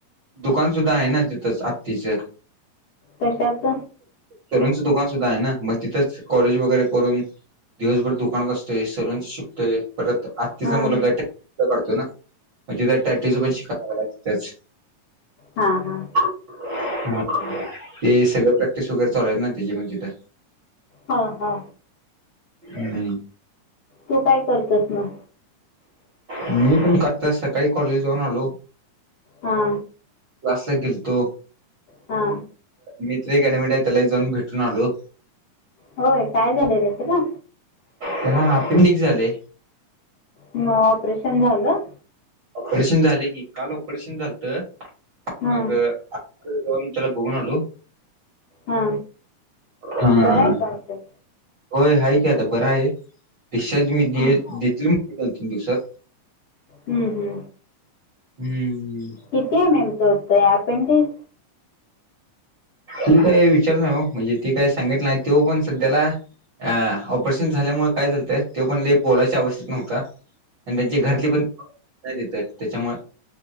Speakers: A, on the right (about 45°); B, on the left (about 50°).
A: दुकान सुद्धा आहे ना तिथंच आत्तीचं
B: कशाच
A: सलूनच दुकान सुद्धा आहे ना मग तिथंच कॉलेज वगैरे करून दिवसभर दुकानात आसतोय सलून शिकतोय परत आत्तीचा
B: हां
A: मुलगा टॅटूच करतो ना म तिथ टॅटूच पण शिकाय लागलाय त्याच
B: हा हा
A: ह ते सगळं प्रॅक्टिस वगैरे चालू आहे ना त्याजी मग तिथं
B: हा हा
A: हम्म
B: तू काय करतोस मग
A: मी पण आठ तास सकाळी कॉलेला जाऊन आलो
B: हा
A: क्लासला गेलतो
B: हा
A: मित्र एक ऍडमिट आहे त्याला एक जाऊन भेटून आलो
B: होय काय झालय रे त्याला
A: त्याला अपेंडिक झालय
B: मग ऑपरेशन झालं
A: ऑपरेशन झालय की काल ऑपरेशन झालत
B: हां
A: मग <unintelligible> जाऊन त्याला बगून आलो.
B: हा
A: हा
B: बरं आहे का आता?
A: होय हाय की आता बर आहे डिस्चार्ज मी दे
B: हम्म,
A: देतील दोन तीन दिवसात
B: हू, हू,
A: हम्म
B: किती एम. एम चं होतं अँपेंडिस?
A: मी काय विचारलं नाही ओ म्हणजे ती काय सांगितल नाही त्यो पण सध्याला अ ऑपरेशन झाल्यामुळ काय झालत त्यो पण लई बोलायच्या आवस्थेत नव्हता, आणि त्यांच्या घरतली पण <unintelligible> तिथं तेच्यामु